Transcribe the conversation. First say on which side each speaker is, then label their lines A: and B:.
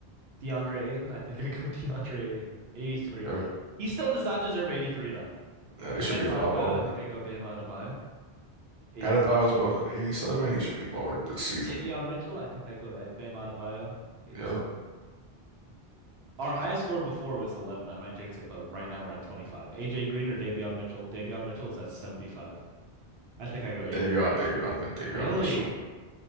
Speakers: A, on the right (about 70°); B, on the right (about 35°).
A: DeAndre Ayton. I think I go <laughs> DeAndre Ayton. 83.
B: Yeah,
A: He still does not deserve 83, though.
B: yeah, he should
A: Bam
B: be a
A: Adebayo.
B: lot lower.
A: I think I go Bam Adebayo. 87.
B: Adebayo was what, 87? He should be lower this season.
A: Davion Mitchell. I think I go uh, Bam Adebayo. 87.
B: Yep.
A: Our highest score before was 11. I might jinx it, but right now we're at 25. AJ Green or Davion Mitchell? Davion Mitchell is at 75. I think I go AJ
B: Davion,
A: Green.
B: Davion, Mi- Davion
A: Really?
B: Mitchell.